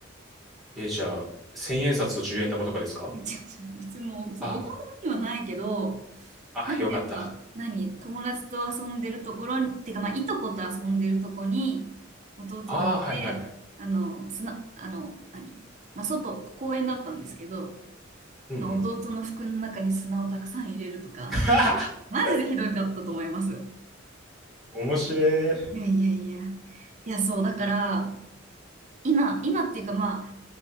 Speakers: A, in the centre; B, on the right.
A: え、じゃあ、1000円札と10円玉とかですか
B: 違う違う。普通もう、そのお金にはないけど、
A: ああ、
B: なんかやっぱ、
A: あ、よかった。
B: 何、友達と遊んでるところに、てか、まあ、いとこと遊んでるとこに、弟が来て、
A: ああ、はいはいはい。
B: あの、砂、あの、何、まあ、外、公園だったんですけど、
A: うんうんうん。
B: まあ、弟の服の中に砂をたくさん入れるとか、
A: <laughs>
B: マジでひどかったと思います。
A: 面白い。
B: いやいやいや。いや、そう、だから、今、今っていうかまあ、